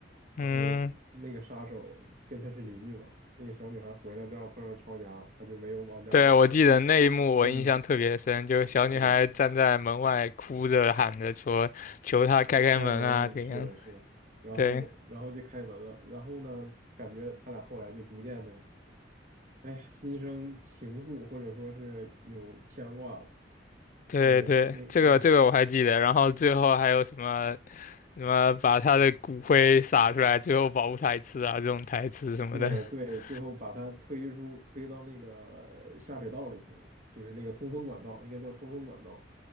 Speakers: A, on the right; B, on the left.
A: 然后那个杀手跟她是邻居嘛，
B: 嗯，
A: 那个小女孩儿回来正好碰上抄家，她就没有往家走。
B: 对，我记得那一幕我印象特别深，
A: 嗯，
B: 就是小女孩站在门外哭着喊着说求他开开门啊，
A: 是的，开门，
B: 这样。
A: 是的，是的，然后然后就开门了，
B: 对
A: 然后呢，感觉他俩后来就逐渐的，哎呀，心生情愫，或者说是有牵挂了。
B: 对对，
A: 那个那那个是。
B: 这个这个我还记得。然后最后还有什么什么把他的骨灰撒出来，最后保护台词啊，这种台词什么的。
A: 对对，
B: <laughs>
A: 最后把他推出推到那个下水道里去了嘛，就是那个通风管道，应该叫通风管道。